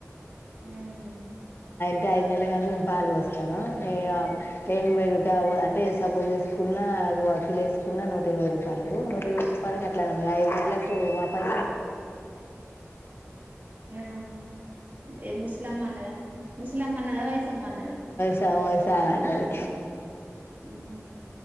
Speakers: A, on the right; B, on the left.
A: ఏమి
B: అంటే ఐదు నెలలు దాకా మేము పాలు పోస్తారా ఈ ఆవు ఏన్ మ కావు అంటే సపోజ్ తీసుకున్న అవి లేసుకున్న నూట ఇరవై రూపాయలకు నూట ఇరవై రూపాయలకు అట్ల మీ ఐదు గంటలకు మా పై
A: ఆ ఏ ముస్లమ్మ అన్నద ముస్లమ్మ అన్నద వైసమ్మ అన్నద
B: ఆమె ఓసారి అన్నది
A: ఉ హు